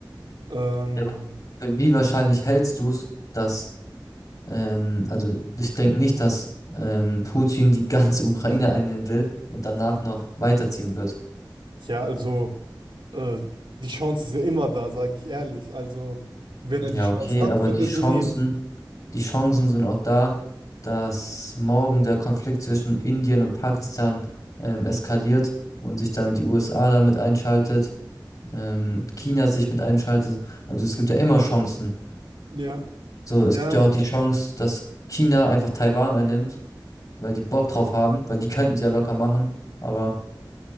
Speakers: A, on the right (about 85°); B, on the left (about 50°).
A: Ähm,
B: Ja. Für Wie wahrscheinlich hältst du es, dass Ähm, also ich denke nicht, dass ähm, Putin die ganze <laughs> Ukraine einnehmen will und danach noch weiterziehen wird.
A: Ja, also äh, die Chance ist ja immer da, sage ich ehrlich. Also wenn
B: Ja,
A: er die Chance
B: okay,
A: hat,
B: aber
A: wird
B: die
A: er
B: Chancen,
A: sie nehmen.
B: die Chancen sind auch da, dass morgen der Konflikt zwischen Indien und Pakistan ähm, eskaliert und sich dann die USA damit einschaltet, ähm, China sich mit einschaltet. Also es gibt ja immer Chancen.
A: Ja,
B: So, es
A: ja,
B: gibt ja auch die Chance, dass China einfach Taiwan einnimmt, weil die Bock drauf haben, weil die könnten sie ja locker machen, aber